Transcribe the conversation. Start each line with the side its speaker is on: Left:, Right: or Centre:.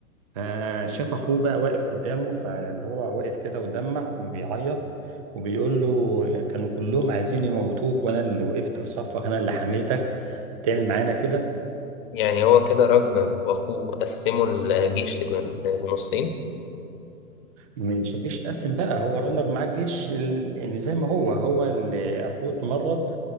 Right: فشاف اخوه بقى واقف قدامه فاللي هو واقف كده ودمع وبيعيط وبيقول له كانوا كلهم عايزين يموتوك وانا اللي وقفت في صفك انا اللي حميتك تعمل معانا كده
Left: يعني هو كده راجنر واخوه قسموا الجيش لجو- لنصين
Right: مش الجيش اتقسم بقى هو رنر مع الجيش ال- يعني زي ما هو هو اللي اخوه اتمرض